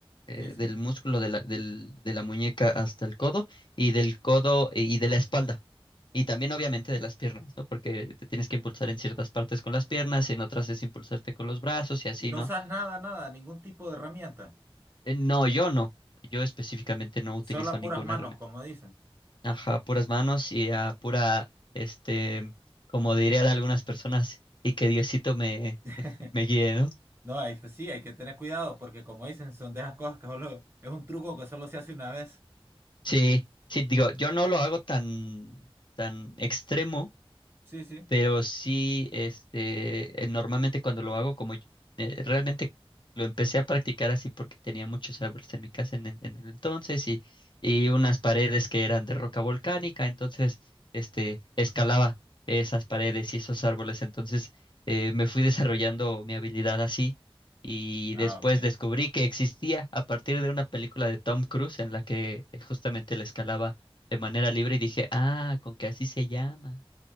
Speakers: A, on the left; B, on the right.
A: eh,
B: Sí, sí.
A: del músculo de la, del- de la muñeca hasta el codo y del codo y de la espalda. Y también obviamente de las piernas, ¿no? Porque te tienes que impulsar en ciertas partes con las piernas y en otras es impulsarte con los brazos y así,
B: Y no
A: ¿no?
B: usas nada, nada, ningún tipo de herramienta.
A: Eh, no, yo no. Yo específicamente no utilizo
B: Solo a puras
A: ninguna
B: manos,
A: herramienta.
B: como dicen.
A: Ajá, puras manos y a pura, este, como dirían algunas personas, y que Diosito me,
B: <laughs>
A: <laughs> me guíe, ¿no?
B: No, ahí pues sí, hay que tener cuidado porque como dicen, son de esas cosas que solo es un truco que solo se hace una vez.
A: Sí, sí, digo, yo no lo hago tan, tan extremo.
B: Sí, sí.
A: Pero sí, este, eh, normalmente cuando lo hago, como yo- eh, realmente lo empecé a practicar así porque tenía muchos árboles en mi casa en, en- en el entonces y, y unas paredes que eran de roca volcánica, entonces este, escalaba esas paredes y esos árboles. Entonces eh, me fui desarrollando mi habilidad así y
B: Ah,
A: después
B: ok.
A: descubrí que existía a partir de una
B: <laughs>
A: película de Tom Cruise en la que justamente le escalaba de manera libre y dije, ah, con que así se llama.